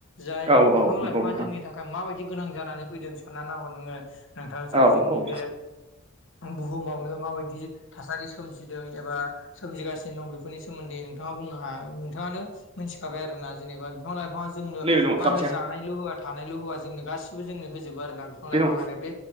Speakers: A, on the left (about 60°); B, on the right (about 25°).
A: जाय
B: औ
A: बिफां
B: औ नंगौ
A: लाइफाङा
B: नोंथां
A: जोंनि थाखाय ओ माबायदि गोनां जानानै फैदों साननानै नाहर नोङो नोंथां जाय
B: औ
A: जोंनि
B: औ
A: बे बुहुमावनो माबायदि थासारि सोमजिदों एबा सोमजिगासिनो दं बेखौ बेफोरनि सोमोन्दैोंथाङा बुंनो हाया नोंथाङानो मिथिखाबाय आरोना जेनेबा बिफां लाइफाङा जोंनो
B: नैबे
A: मा
B: दङ
A: होनो
B: खाबसेया
A: जानायल' होवआ थानायल' होवा जोंनो गासिबो जोंनो होजोबो आरो ना बिफां
B: बे
A: लाइफाङानो
B: नङा
A: बे